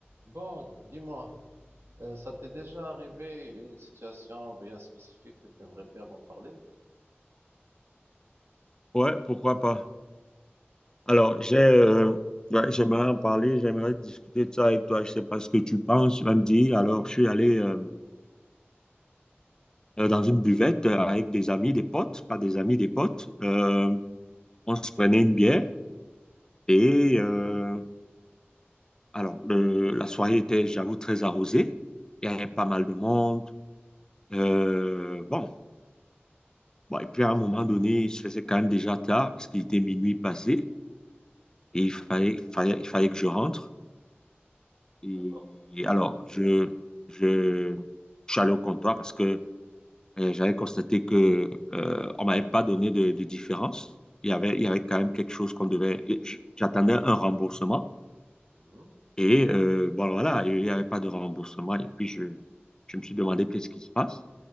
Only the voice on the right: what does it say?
Bon, dis-moi, euh, ça t'est déjà arrivé une situation bien spécifique que t'aimerais bien m'en parler?
Oui,
d'accord.
Mhm.